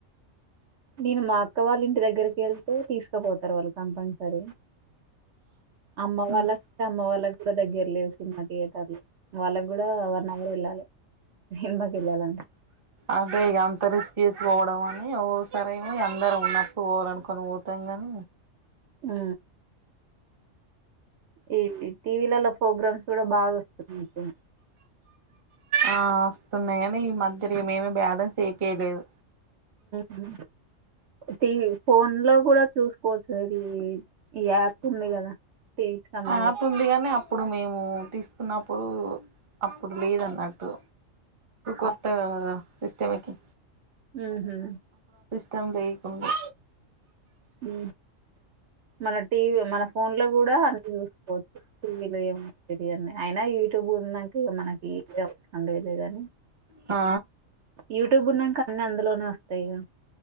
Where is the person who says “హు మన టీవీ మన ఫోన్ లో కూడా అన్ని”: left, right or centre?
Right